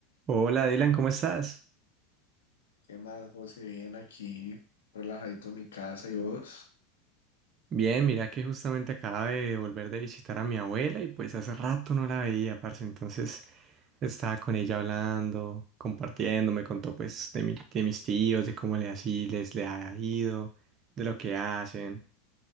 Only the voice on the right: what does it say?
Hola Dylan, ¿cómo estás?
Bien, mira que justamente acaba de volver de visitar a mi abuela y pues hace rato no la veía, parce. Entonces estaba con ella hablando, compartiendo, me contó pues de mi- de mis tíos, de cómo le así les le ha ido, de lo que hacen.